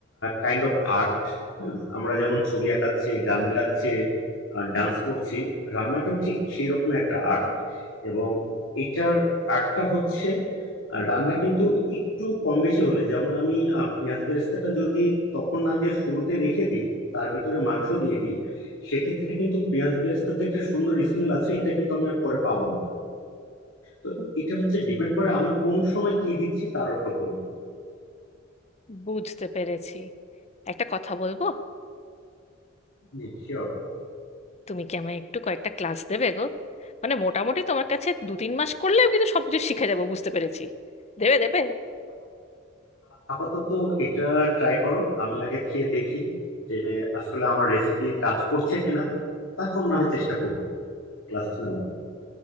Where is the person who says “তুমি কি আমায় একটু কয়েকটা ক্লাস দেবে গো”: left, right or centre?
Left